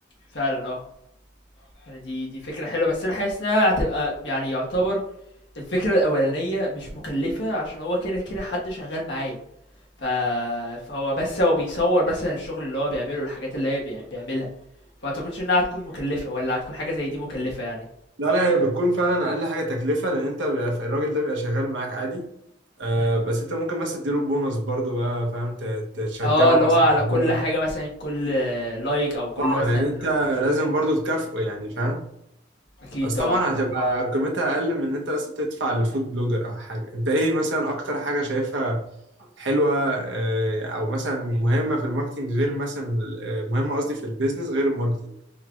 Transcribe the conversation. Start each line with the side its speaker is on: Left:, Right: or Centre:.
Left: فعلًا آه، يعني دي دي فكرة حلوة، بس أنا حاسس إنها هتبقى يعني يعتبر الفكرة الأولانية مش مكلفة، عشان هو كده كده حد شغال معايا، ف فهو بس هو بيصور مثلًا الشغل اللي هو بيعمله، الحاجات اللي هي بي بيعملها، فما أعتقدش إنها هتكون مكلفة، والّا هتكون حاجة زي دي مكلفة يعني؟
Right: لا لا هي بتكون فعلا اقل حاجه تكلفه لان انت بيبقى الراجل ده بيبقى شغال معاك عادي آه
Left: إمم،
Right: بس انت ممكن مثلا تديله بونص برضه بقى فاهم ت- تشجعه
Left: آه، اللي
Right: مثلا
Left: هو على
Right: إن
Left: كل
Right: هو
Left: حاجة مثلًا كل لايك أو كل
Right: اه
Left: مثلًا
Right: لان انت
Left: إمم،
Right: لازم برضه تكافئه يعني فاهم
Left: أكيد
Right: بس
Left: طبعًا،
Right: طبعا
Left: إمم،
Right: هتبقى قيمتها اقل من ان انت بس تدفع لفود بلوجر او حاجه انت ايه مثلا اكتر حاجه شايفها حلوه آه، او مثلا مهمه في الماركتنج غير مثلا آه، مهمه قصدي في البيزنس غير الماركتنج